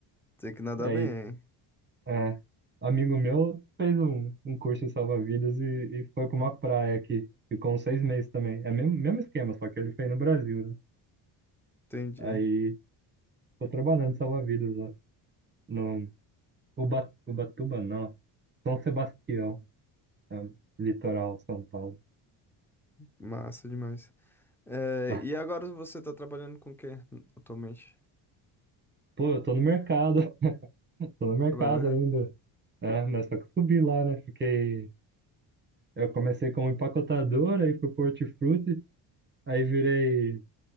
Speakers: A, in the centre; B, on the right.
A: Tem que nadar
B: Aí,
A: bem, hein?
B: é, amigo meu fez um, um curso em salva-vidas e, e foi pra uma praia aqui. Ficou uns seis meses também. É o mesmo, mesmo esquema, só que ele fez no Brasil, né?
A: Entendi.
B: Aí, tô trabalhando em salva-vidas lá no Uba, Ubatuba, não. São Sebastião, é, um litoral, São Paulo.
A: Massa demais. É,
B: <laughs>
A: e agora você tá trabalhando com o quê atualmente?
B: Pô, eu tô no mercado, <laughs> tô no mercado
A: Trabalhando já?
B: ainda. É, mas só que eu subi lá, né? Fiquei Eu comecei como empacotador, aí fui pro hortifruti, aí virei